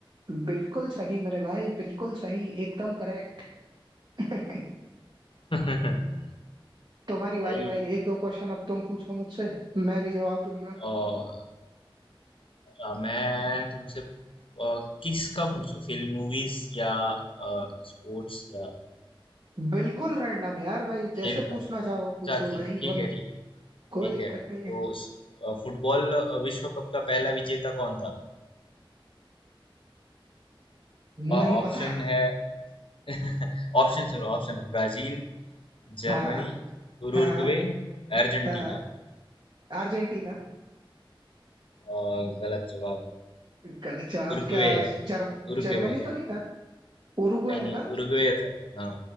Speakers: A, on the right; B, on the left.
A: बिल्कुल सही मेरे भाई बिल्कुल सही एकदम करेक्ट <laughs>
B: <laughs>
A: तुम्हारी बारी
B: भाई
A: भाई एक दो क्वेश्चन अब तुम पूछो मुझसे मैं भी जवाब दूंगा
B: और अ, मैं तुमसे अ, किस का पूछूं फिल्म मूवीज या स्पोर्ट्स या
A: बिल्कुल
B: अ,
A: रैंडम यार भाई जैसे
B: खेल
A: पूछना
B: का
A: चाहो
B: अच्छा
A: पूछो
B: खेल
A: भाई
B: ठीक
A: वरना
B: है ठीक है
A: कोई
B: ठीक
A: दिक्कत
B: है
A: नहीं है
B: तो स- अ, फुटबॉल अ, विश्व कप का पहला विजेता कौन था अ,
A: नहीं
B: ऑप्शन
A: पता <laughs>
B: है <laughs> ऑप्शन सुनो Option Brazil Germany
A: हाँ
B: Uruguay
A: हाँ हाँ
B: Argentina
A: हाँ हाँ। अर्जेंटीना
B: और गलत जवाब
A: गलत जवाब
B: उरुग्वे
A: क्या
B: है
A: जर्म
B: उरुग्वे
A: जर्मनी
B: है
A: तो नहीं था उरुग्वे
B: नहीं नहीं
A: है ना
B: उरुग्वे था हाँ